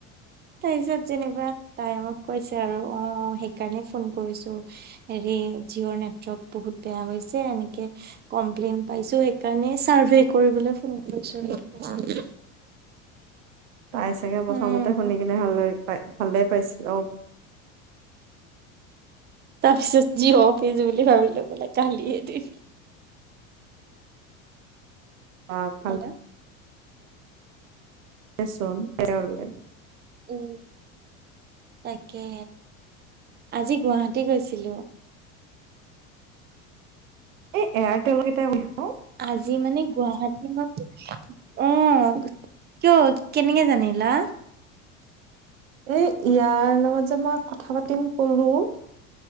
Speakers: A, on the right (about 25°); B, on the right (about 75°).
A: তাৰ পিছত যেনকিবা টাই মক কৈছে আৰু অ সেইকাৰণে ফোন কৰিছো হৰে জিঅ'ৰ নেটৱৰ্ক বহুত বেয়া হৈছে এনেকে কমপ্লেইন পাইছোঁ সেই কাৰণে চাৰ্ভে কৰিবলে ফোন কৰিছিলো।
B: তাই চাগে প্ৰথমতে
A: উম
B: শুনি কিনে ভাল পাই ভালে পাইছিল অঁ'।
A: তাৰ পিছত যি অপিজ বুলি ভাবিলে বোলে কালিয়ে দি।
B: আপ।
A: হেল্ল'
B: <unintelligible>
A: উম। তাকে আজি গুৱাহাটী গৈছিলো।
B: এই এয়াৰটেল কেইটাই বিষয়
A: আজি মানে গুৱাহাটী মই, অঁ'। কিয় কেনেকে জানিলা।
B: এই ইয়াৰ লগত যে মই কথা পাতিম কলো